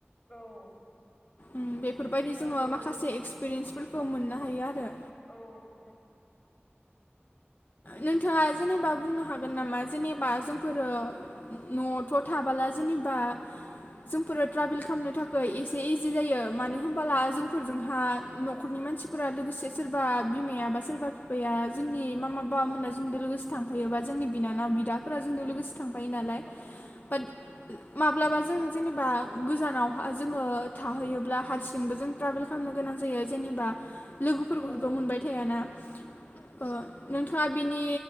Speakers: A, on the left; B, on the left.
A: औ
B: उम बे बेफोरबायदि
A: नंगौ
B: जोङो माखासे पेरेन्सफोरखौ मोननो हायो आरो।
A: औ औ
B: नोंथाङा जेनेबा बुंनो हागोन नामा जेनेबा जोंफोरो न'आवथ थाबोला जेनेबा जोंफोरो ट्राभेल खालामनो थाखाय एसे इजि जायो मानो होनबोला जोंफोरजोंहा न'खरनि मानसिफोरा लोगोसे सोरबा बिमाया बा सोरबा बिफाया जोंनि मा मा बाबामोना जोंजों लोगोसे थांफायोबा जोंनि बिनानाव बिदाफोरा जोंजों लोगोसे थांफायो नालाय
A: औ
B: बाट माब्लाबा जों जेनेबा गोजानाव जोङो थाहैयोब्ला हारसिंबो जों ट्रेभेल खालामनो गोनां जायो जेनेबा लोगोफोरखौथ'
A: औ
B: मोनबाय थायाना ओ नोंथाङा बिनि